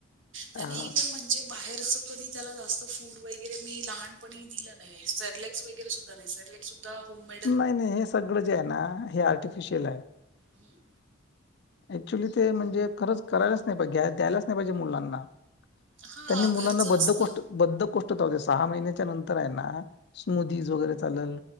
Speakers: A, on the right (about 70°); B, on the left (about 55°).
A: त्याने
B: हा.
A: इवन म्हणजे बाहेरच कधी त्याला जास्त फूड वगैरे मी लहानपणी दिलं नाही सरलेक्स वगैरे सुद्धा नाही सेरलेक् होम
B: नाही नाही हे सगळं जे आहे ना हे आर्टिफिशियल आहे
A: हम्म
B: ऍक्च्युली ते म्हणजे खरंच करायच नाही पाहिज द्यायलाच नाही पाहिजे मुलांना
A: हां,
B: त्यांनी मुलांना
A: घरचं
B: बद्धकोष्ट
A: असतं.
B: बद्ध कोोष्टता होते सहा महिन्याच्या नंतर आहे ना स्मदीज वगैरे चालल